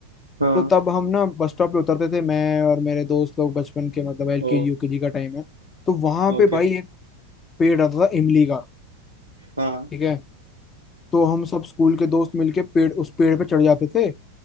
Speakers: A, on the right (about 75°); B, on the left (about 20°).
A: हाँ
B: तो तब हम ना बस स्टॉप पे उतरते थे मैं और मेरे दोस्त लोग बचपन के मतलब L
A: ओ
B: K G U K G का टाइम है तो वहां पे
A: ओके
B: भाई एक पेड़ रहता था इमली का
A: हाँ
B: ठीक है तो हम सब स्कूल के दोस्त मिलके पेड़ उस पेड़ पे चढ़ जाते थे